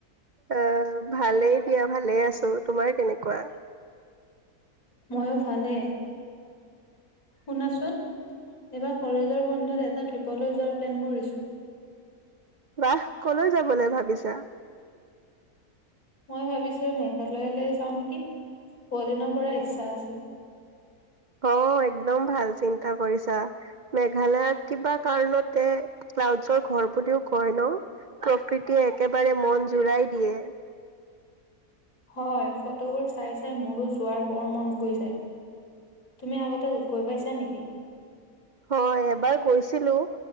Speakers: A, on the right; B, on the left.
A: অ ভালেই দিয়া ভালেই আছোঁ। তোমাৰ কেনেকুৱা?
B: মইয়ো ভালে। শুনাচোন এবাৰ কলেজৰ বন্ধত এটা ট্ৰিপলৈ যোৱাৰ প্লেন কৰিছোঁ।
A: বাহ কলৈ যাবলৈ ভাবিছা?
B: মই ভাবিছোঁ মেঘালয়লৈ যাওঁ নেকি? বহুদিনৰ পৰা ইচ্ছা আছিল।
A: অ একদম ভাল চিন্তা কৰিছা মেঘালয়ক কিবা কাৰণতে ক্লাউডছৰ ঘৰ বুলিও কয় ন, প্ৰকৃতিয়ে একেবাৰে মন জোৰাই দিয়ে।
B: হয় ফটোবোৰ চাই চাই মোৰো যোৱাৰ বৰ মন গৈছে। তুমি আগতে গৈ পাইছা নেকি?
A: হয় এবাৰ গৈছিলোঁ।